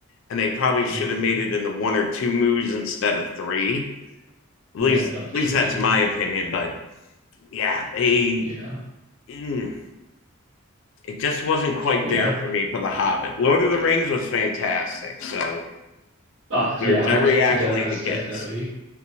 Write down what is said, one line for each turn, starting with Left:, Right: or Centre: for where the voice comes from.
Left: and they probably should
Right: mm
Left: have made it into one or two movies instead of three.
Right: yeah,
Left: At least,
Right: not the
Left: at
Right: trilogy.
Left: least that's my opinion. But yeah, they
Right: Yeah,
Left: mm, it just wasn't quite
Right: yeah,
Left: there for me for The Hobbit. Lord of the Rings was fantastic, so
Right: uh,
Left: there's
Right: yeah, hundred
Left: every accolade
Right: that that's
Left: it
Right: definitely
Left: gets.